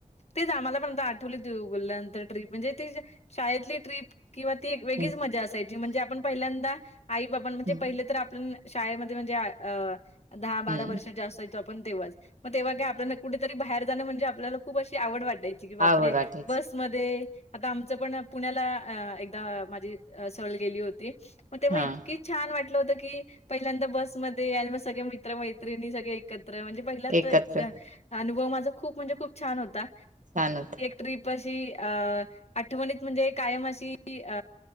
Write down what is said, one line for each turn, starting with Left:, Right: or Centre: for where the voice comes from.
Left: तेच आम्हाला पण आता आठवली त उघोलल्यानंतर ट्रीप म्हणजे ती शाळेतली ट्रीप किंवा ती एक वेगळीच
Right: हं.
Left: मजा असायची म्हणजे आपण पहिल्यांदा आई बाब म्हणजे
Right: हं,
Left: पहिले तर आपण शाळेमध्ये म्हणजे दहा बारा
Right: हं.
Left: वर्ष जास्त य तो आपण तेव्हाच मग तेव्हा काय
Right: हां.
Left: आपल्या कुठ बाहेर जाणं म्हणजे आपल्याला खूप अशी आवड वाटायची की बापरे
Right: आवड वाटायची.
Left: बस. म आता आमचं पण पुण्याला एकदा माझी सळ गेली होती. मग तेव्हा
Right: हां,
Left: इतकी. छान वाटलं होतं की पहिल्यांदा बसमध्येध्ये आणि मग सगळे मित्र मैत्रिणी सगळे एकत्र. म्हणे प
Right: एकत्र
Left: अनुव मा खूप म्हणजे खूप छान होता.
Right: छान होतं.
Left: ट्र्रीप अशी अ आठवणीत म्हणजे कायम अशी अ